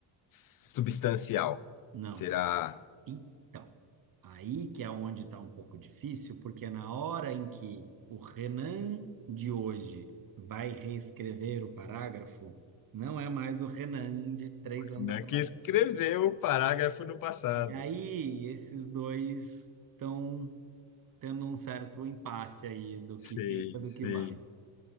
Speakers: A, on the left; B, on the right.
A: substancial,
B: não.
A: será
B: Então, aí que é onde está um pouco difícil, porque na hora em que o Renan de hoje vai reescrever o parágrafo, não é mais o Renan de três anos
A: né,
B: atrás.
A: que escreveu o parágrafo no passado.
B: E aí, esses dois estão tendo um certo impasse aí do
A: Sei,
B: que fica, do
A: sei.
B: que vai.